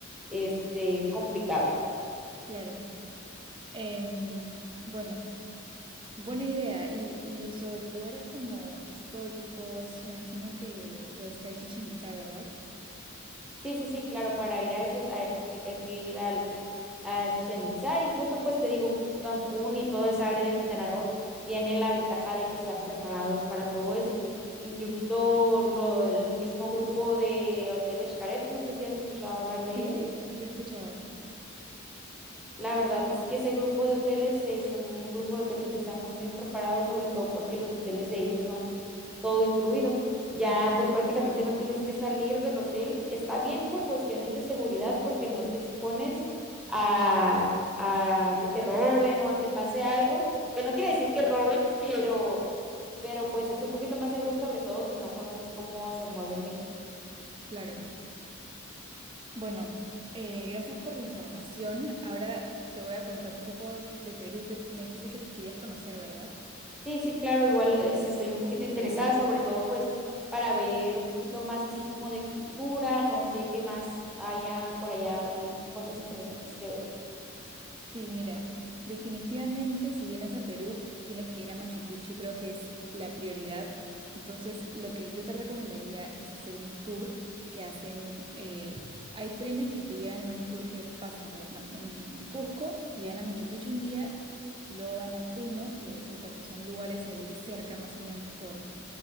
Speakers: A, in the centre; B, on the right (about 25°).
A: este, complicado.
B: Claro. Em, bueno, buena idea. Y, y sobre lugares como históricos, me imagino que donde está el Chichen Itza, ¿verdad?
A: Sí, sí, sí, claro, para ir a eso es- hay, hay- hay que ir al, al Chichén Itzá, incluso pues te digo, Cancún y toda esa área de Quintana Roo tiene la ventaja de que están preparados para todo eso. Incluso lo- el mismo grupo de Hoteles Xcaret, no sé si has escuchado hablar de
B: Sí,
A: ellos.
B: sí, lo he escuchado.
A: La verdad es que ese grupo de hoteles eh, son un grupo de hoteles que está muy bien preparado, sobre todo porque los hoteles de ellos son todo incluido. Ya pues prácticamente no tienes que salir del hotel. Está bien por cuestiones de seguridad porque no te expones a, a que te roben o a que pase algo, que no quiere decir que roben, <laughs> pero, pero pues es un poquito más seguro, sobre todo si no conoces cómo se mueve México.
B: Claro. Bueno, eh, gracias por la información. Ahora te voy a contar un poco de Perú que me dijiste que querías conocer, ¿verdad?
A: Sí, sí, claro, igual este, estoy un poquito interesada, sobre todo pues para ver un poquito más así como de cultura, no sé qué más haya por allá, in- cosas interesantes que ver.
B: Sí, mira, definitivamente si vienes a Perú, tienes que ir a Machu Picchu, creo que es la prioridad. Entonces, lo que yo te recomendaría es hacer un tour que hacen, eh, hay trenes que te llevan en un tour que pasan por Ma- en Cusco, te llevan a Machu Picchu un día, y luego van a Puno y Arequipa, que son lugares ahí cerca más o menos por,